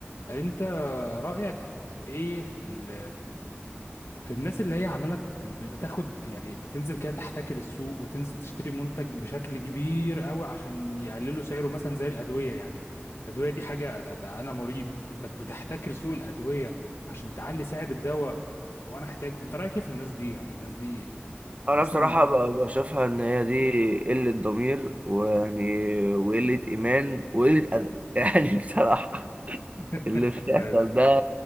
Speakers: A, on the left; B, on the right.
A: انت رأيك ايه في ال في الناس اللي هي عمالة ب- ب- بتاخد يعني بتنزل كده تحتكر السوق وتنزل تشتري منتج بشكل كبير قوي عشان يقللوا سعره مثلا زي الأدوية يعني الأدوية دي حاجة ده, ده أنا مريض انت بتحتكر سوق الأدوية عشان تعلي سعر الدواء وأنا أحتاجه انت رأيك ايه في الناس دي يعني الناس دي
B: أنا
A: أصلا
B: بصراحة ب- بشوفها إن هي دي قلة ضمير ويعني وقلة إيمان وقلة أدب <laughs> يعني بصراحة
A: <laughs>
B: اللي بيحصل ده